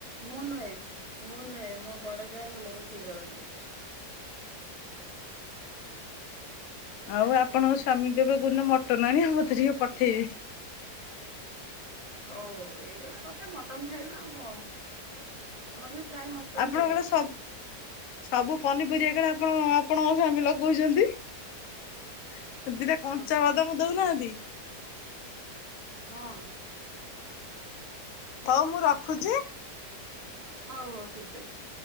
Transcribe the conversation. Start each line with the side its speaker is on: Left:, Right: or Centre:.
Right: ମୁଁ ନୁହେଁ ମୁଁ ନୁହେଁ ମୋ ବଡ ଯା ଭଲ ରୋଷେଇ କରନ୍ତି।
Left: ଆଉ ଆପଣଙ୍କ ସ୍ଵାମୀଙ୍କ ଏବେ ଗୁନ ମଟ ଆଣ ଆ ମୋତେ ଟିକେ ପଠେଇବେ
Right: ହୋଉ ହୋଉ ଏଇ ଗୋଟେ କଥା ମଟନ ଖାଇବେ ଆଉ କଣ ଆମର ବି ପ୍ରାୟ ମଟନ
Left: ଆପଣଙ୍କର
Right: ହୁଏ।
Left: ସବୁ ସବୁ ପନିପରିବା କାଳେ ଆପଣ ଆପଣଙ୍କ ସାମୀ ଲଗୋଉଚନ୍ତି? ଏ ଦିଇଟା
Right: ହଁ
Left: କଞ୍ଚା
Right: ହଁ
Left: ବାଦାମ ଦୋଉନାହନ୍ତି?
Right: ହଁ।
Left: ହୋଉ ମୁଁ ରଖୁଚି।
Right: ହୋଉ ହୋଉ ଠିକ ଅଛି।